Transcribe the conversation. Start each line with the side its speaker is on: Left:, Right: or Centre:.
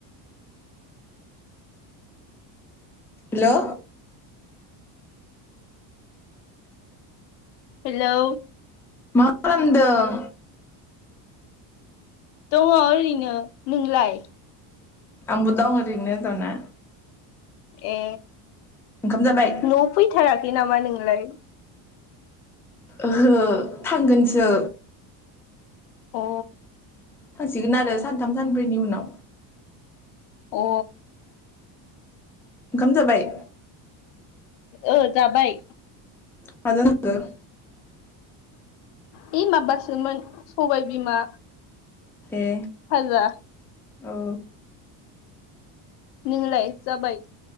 Centre: हेलौ
Left: हेलौ
Centre: मा खालामदों?
Left: दङो ओरैनो नोंलाय?
Centre: आंबो दं ओरैनो ज'ना
Left: ए
Centre: ओंखाम जाबाय
Left: न'आव फैथाराखै नामा नों? नोंलाय
Centre: ओहो थांगोनसो
Left: अ
Centre: थांसिगोन आरो सानथाम सानब्रैनि उनाव
Left: अ
Centre: ओंखाम जाबाय
Left: ओ जाबाय
Centre: <unintelligible>
Left: हि माबासोमोन सबाय बिमा
Centre: ए
Left: फाजा
Centre: औ
Left: नोंलाय जाबाय?